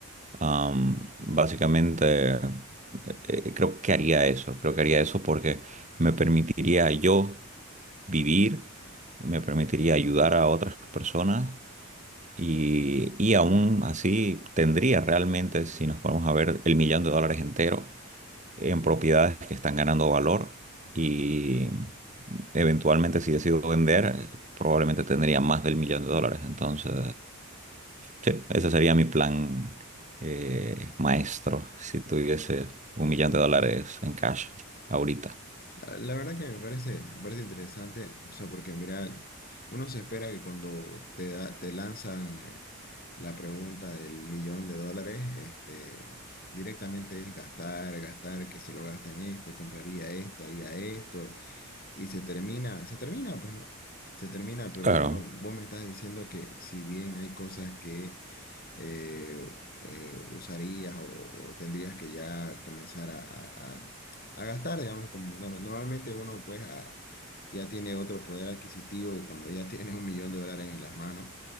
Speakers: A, on the right (about 35°); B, on the left (about 45°).
A: am, básicamente, eh, eh, creo que haría eso, creo que haría eso porque me permitiría yo vivir, me permitiría ayudar a otras personas. Y, y aún así tendría realmente, si nos ponemos a ver, el millón de dólares entero en propiedades que están ganando valor y eventualmente si decido vender, probablemente tendría más del millón de dólares. Entonces, sí, ese sería mi plan eh, maestro si tuviese un millón de dólares en cash ahorita.
B: La la verdad que me parece, me parece interesante, o sea, porque mira, uno se espera que cuando te, da- te lanzan eh, la pregunta del millón de dólares, este, directamente es gastar, gastar, que se lo gasta en esto, compraría esto, haría esto, y se termina, se termina, pues no, se termina, pero
A: Claro,
B: bueno, vos me estás diciendo que si bien hay cosas que eh, eh, usarías o, o tendrías que ya comenzar a, a- a- a gastar, digamos, como no- normalmente uno pues a- ya tiene otro poder adquisitivo cuando ya <laughs> tienes un millón de dólares en las manos